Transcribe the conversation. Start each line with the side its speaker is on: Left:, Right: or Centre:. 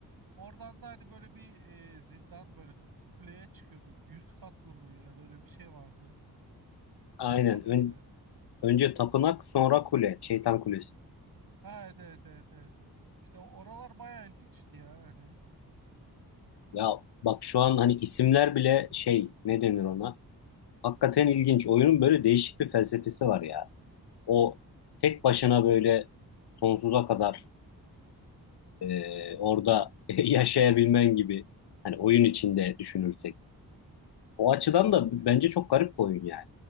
Right: Oradan da hani böyle bir e, zindan böyle kuleye çıkıyorduk. Yüz katlı mı ya da öyle bir şey vardı. Zindan
Left: Aynen.
Right: mıydı?
Left: Ön- önce tapınak sonra kule. Şeytan kulesi.
Right: Ha evet evet evet evet. İşte oralar bayağı ilginçti ya hani.
Left: Ya bak şu an hani isimler bile şey ne denir ona? Hakikaten ilginç. Oyunun böyle değişik bir felsefesi var ya. O tek başına böyle sonsuza kadar e, orada <laughs> yaşayabilmen gibi hani oyun içinde düşünürsek. O açıdan da
Right: Ya,
Left: bence çok garip bir oyun yani.